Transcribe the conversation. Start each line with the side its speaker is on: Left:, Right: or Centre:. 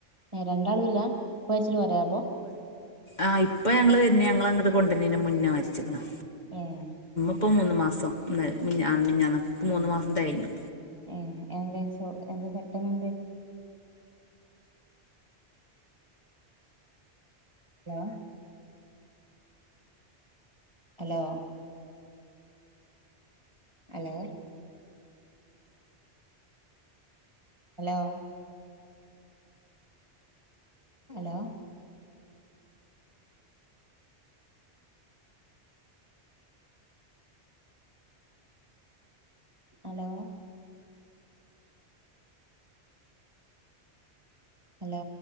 Right: ഏഹ് രണ്ടാളു ഇല്ലാ ഇപ്പ മരിച്ചിട്ട് കൊറേ ആപ്പൊ
Left: ആഹ് ഇപ്പ ഞങ്ങള് വെര്ന്ന ഞങ്ങള് അങ്ങട്ട് കൊണ്ട്രണ്ണേയ്ന്റെ മുന്ന മര്ച്ക്ക്ണ്
Right: ഏഹ്
Left: ഇപ്പൊ മൂന്നു മാസം മിഞ്ഞാന്നക്ക് മൂന്നു മാസം തെയ്ഞ്ഞ്
Right: ഏഹ് എന്തെ സ് എന്തെ പെട്ടന്നെന്തേ ലോ hello hello hello hello hello hello